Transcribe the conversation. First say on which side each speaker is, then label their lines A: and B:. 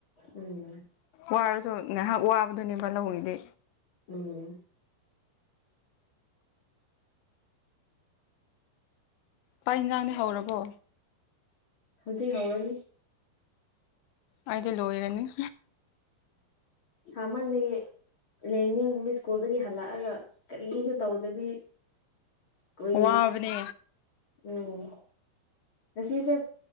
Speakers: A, on the left; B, on the left.
A: ꯎꯝ
B: ꯋꯥꯔꯁꯨ ꯉꯥꯏꯍꯥꯛ ꯋꯥꯕꯗꯨꯅꯦꯕ ꯂꯧꯒꯤꯗꯤ
A: ꯎꯝ
B: ꯄꯥꯛ ꯏꯟꯖꯥꯡꯅꯦ ꯍꯧꯔꯕꯣ
A: ꯍꯧꯖꯤꯛ ꯍꯧꯔꯅꯤ
B: ꯑꯩꯗꯤ ꯂꯣꯏꯔꯅꯤ
A: ꯁꯃꯅ ꯂꯦꯡꯅꯤꯡꯕ ꯁ꯭ꯀꯨꯜꯗꯒꯤ ꯍꯜꯂꯛꯑꯒ ꯀꯔꯤꯁꯨ ꯇꯧꯗꯕꯤ ꯀꯣꯏ
B: ꯋꯥꯕꯅꯦ
A: ꯎꯝ ꯅꯁꯤꯁꯦ